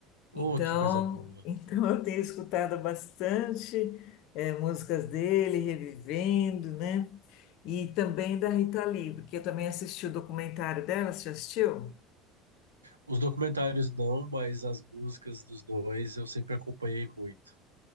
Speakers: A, on the right; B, on the left.
A: Oh,
B: Então,
A: que coisa boa.
B: então <laughs> eu tenho escutado bastante eh, músicas dele, revivendo, né? E também da Rita Lee, porque eu também assisti o documentário dela, você já assistiu?
A: Os documentários não, mas as músicas dos dois eu sempre acompanhei muito.